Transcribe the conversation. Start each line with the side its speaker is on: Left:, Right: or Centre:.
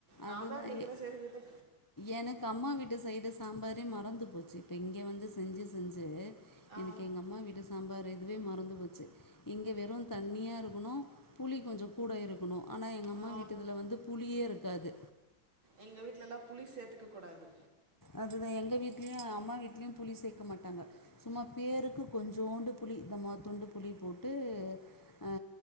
Right: நா
Left: அதுதான்
Right: தா கேக்குற
Left: எ
Right: சரி விடு
Left: எனக்கு அம்மா வீட்டு சைடு சாம்பாரே மறந்து போச்சு இப்ப இங்க வந்து செஞ்சு செஞ்சு
Right: ஆ
Left: எனக்கு எங்க அம்மா வீட்டு சாம்பார் இதுவே மறந்து போச்சு இங்க வெறு தண்ணியா இருக்கணு புளி கொஞ்ச கூட இருக்கணு ஆனா எங்க அம்மா
Right: ஆ
Left: வீட்டுதுல வந் து புளியே இருக்காது
Right: எங்க வீட்லல்லா புளி சேத்துக்க கூடாது
Left: அதுதா எங்க வீட்லயு அம்மா வீட்லயு புளி சேக்க மாட்டாங்க சும்மா பேருக்கு கொஞ்சோண்டு புளி தம்மாதுண்டு புளி போட்டு அ